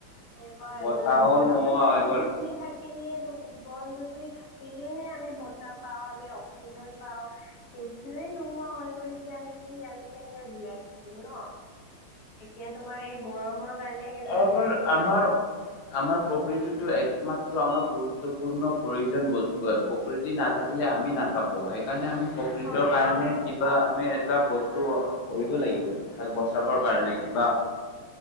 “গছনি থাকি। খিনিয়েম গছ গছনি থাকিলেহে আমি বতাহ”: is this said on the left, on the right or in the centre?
Left